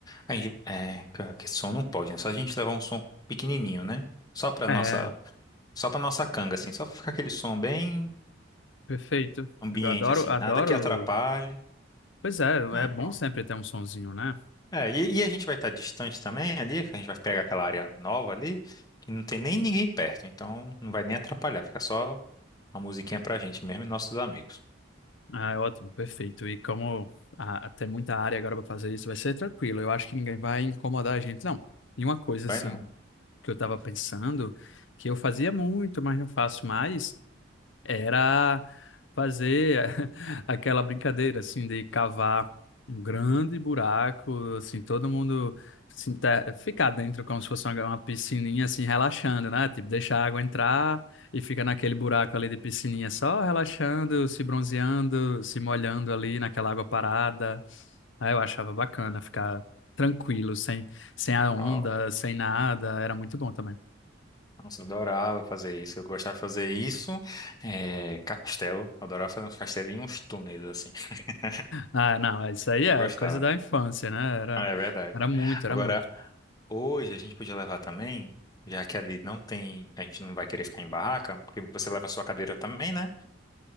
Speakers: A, on the left; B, on the left.
A: A gente, é, ca- que som não pode, né? Só a gente levar um som pequenininho, né? Só pra
B: É,
A: nossa, só pra nossa canga, assim. Só pra ficar aquele som bem
B: perfeito.
A: ambiente,
B: Eu adoro,
A: assim.
B: adoro.
A: Nada que atrapalhe.
B: Pois é,
A: Ah,
B: é
A: é,
B: bom
A: pronto.
B: sempre ter um sonzinho, né?
A: É, e, e a gente vai estar distante também ali, que a gente vai pegar aquela área nova ali, que não tem nem ninguém perto. Então não vai nem atrapalhar. Fica só uma musiquinha pra gente mesmo e nossos amigos.
B: Ah, é ótimo, perfeito. E como ah, tem muita área agora para fazer isso, vai ser tranquilo. Eu acho que ninguém vai incomodar a gente, não. E uma coisa,
A: Vai
B: assim,
A: não.
B: que eu estava pensando, que eu fazia muito, mas não faço mais. era fazer <laughs> aquela brincadeira assim de cavar um grande buraco, assim, todo mundo se inter- ficar dentro como se fosse uma, uma piscininha assim relaxando, né? Tipo, deixar a água entrar e fica naquele buraco ali de piscininha só relaxando, se bronzeando, se molhando ali naquela água parada. Aí eu achava bacana ficar tranquilo, sem sem a onda,
A: Ó,
B: sem nada, era muito bom também.
A: Nossa, eu adorava fazer isso. Eu gostava de fazer isso. É, castelo. Adorava fazer uns castelinhos, uns túneis, assim. <laughs>
B: Ah, não, isso aí é
A: Eu gostava.
B: coisa da infância, né? Era,
A: Ah, É verdade.
B: era muito, era
A: Agora,
B: muito.
A: hoje a gente podia levar também, já que ali não tem, a gente não vai querer ficar em barraca, porque você leva a sua cadeira também, né?